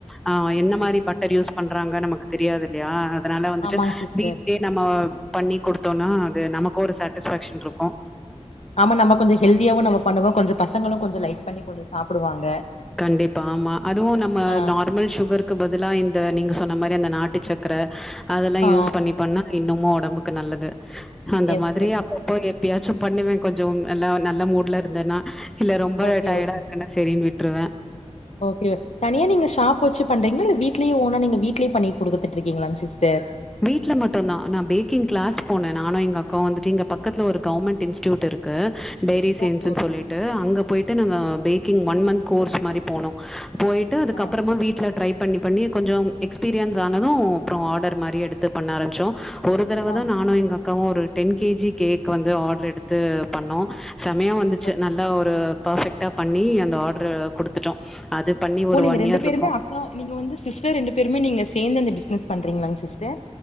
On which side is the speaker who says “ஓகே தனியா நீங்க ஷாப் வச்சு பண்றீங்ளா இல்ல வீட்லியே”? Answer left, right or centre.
Left